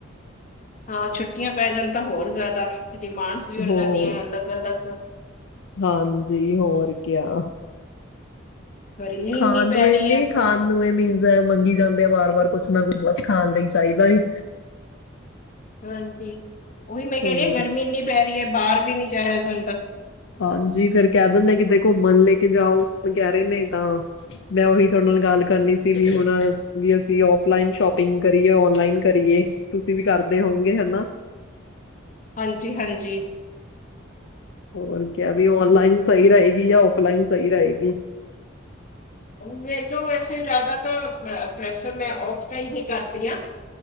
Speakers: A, on the left; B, on the left.
A: ਹਾਂ ਛੁੱਟੀਆਂ ਪੈ ਜਾਣ ਤਾਂ ਹੋਰ ਜ਼ਿਆਦਾ ਡਿਮਾਂਡਸ ਵੀ ਉਹਨਾਂ
B: ਹੋਰ
A: ਦੀਆਂ ਅਲੱਗ- ਅਲੱਗ
B: ਹਾਂਜੀ, ਹੋਰ ਕਿਆ।
A: ਗਰਮੀ
B: ਖਾਣ
A: ਇੰਨੀ ਪੈ
B: ਨੂੰ ਇਹ
A: ਰਹੀ
B: ਨਹੀਂ,
A: ਹੈ
B: ਖਾਣ ਨੂੰ ਇਹ ਮਿਨਸ ਮਂਗੀ ਜਾਂਦੇ ਵਾਰ ਵਾਰ ਕੁਛ ਨਾ ਕੁਛ ਬਸ ਖਾਣ ਲਈ ਚਾਹੀਦਾ ਏ।
A: ਹਾਂਜੀ, ਉਹੀ ਮੈਂ ਕਹਿ
B: ਹੋਰ
A: ਰਹੀ ਹਾਂ ਗਰਮੀ ਇੰਨੀ ਪੈ ਰਹੀ ਹੈ। ਬਾਹਰ ਵੀ ਨੀ ਜਾਯਾ ਜਾ
B: ਹਾਂਜੀ, ਫੇਰ ਕਹਿ ਦਿੰਦੇ ਕਿਤੇ ਘੁੰਮਣ ਲੈ ਕੇ ਜਾਓ। ਹੁਣ ਕਹਿ ਰਹੇ ਨੇ ਤਾਂ, ਮੈਂ ਓਹੀ ਤੁਹਾਡੇ ਨਾਲ ਗੱਲ ਕਰਨੀ ਸੀ ਵੀ ਹੁਣ, ਵੀ ਅਸੀਂ ਓਫਲਾਈਨ ਸ਼ੋਪਿੰਗ ਕਰੀਏ, ਓਨਲਾਈਨ ਕਰੀਏ ਤੁਸੀਂ ਵੀ ਕਰਦੇ ਹੋਗੇ ਹੈਨਾ।
A: ਹਾਂਜੀ ਹਾਂਜੀ।
B: ਹੋਰ ਕਿਆ ਵੀ ਔਨਲਾਈਨ ਸਹੀ ਰਹੇਗੀ ਯਾਂ ਔਫਲਾਈਨ ਸਹੀ ਰਹੇਗੀ।
A: ਮੈਨੂੰ ਵੈਸੇ ਜ਼ਿਆਦਾ ਤਾਂ ਪ੍ਰੈਸ਼ਰ ਮੈਂ ਔਫ ਤ ਹੀ ਕਰਦੀ ਆ